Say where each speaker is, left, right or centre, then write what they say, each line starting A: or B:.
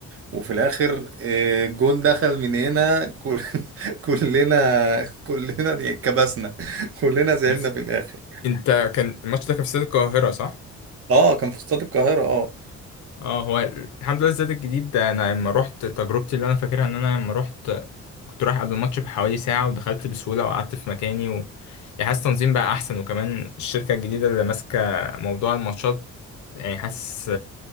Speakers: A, on the right (about 50°); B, on the left (about 70°).
A: وفي الاخر آه، جون دخل من هنا كل- <laughs> كلنا كلنا اتكبسنا كلنا زعلنا
B: بس
A: في الاخر
B: انت كان الماتش ده كان في استاد القاهرة صح؟
A: اه كان في استاد القاهره اه
B: اه هو الحمد لله الزاد الجديد ده انا لما رحت تجربتي اللي انا فاكرها ان انا لما رحت كنت رايح قبل الماتش بحوالي ساعة ودخلت بسهولة وقعدت في مكاني و... يعني حاسس التنظيم بقى احسن وكمان الشركة الجديدة اللي ماسكة موضوع الماتشات يعني حاسس